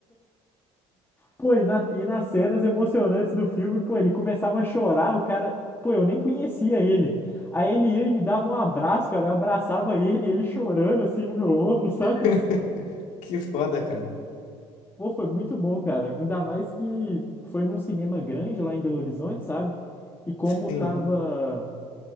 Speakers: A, on the left; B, on the left.
A: Pô, e, na- e nas cenas emocionantes do filme, pô, ele começava a chorar, o cara, pô, eu nem conhecia ele. Aí ele ia e me dava um abraço, cara, eu abraçava ele, ele chorando assim no meu ombro, <laughs> sabe?
B: <laughs> Que foda, cara.
A: Pô, foi muito bom, cara. Ainda mais que foi num cinema grande lá em Belo Horizonte, sabe? E como
B: Sim.
A: tava,